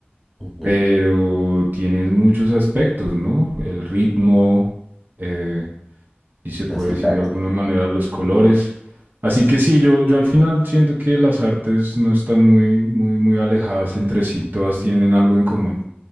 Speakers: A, in the centre; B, on the right.
A: Ujú.
B: pero tienes muchos aspectos, ¿no? El ritmo, eh, si se puede
A: La sintaxis.
B: decir de alguna manera, los colores. Así que sí, yo, yo al final siento que las artes no están muy, muy, muy alejadas entre sí, todas tienen algo en común.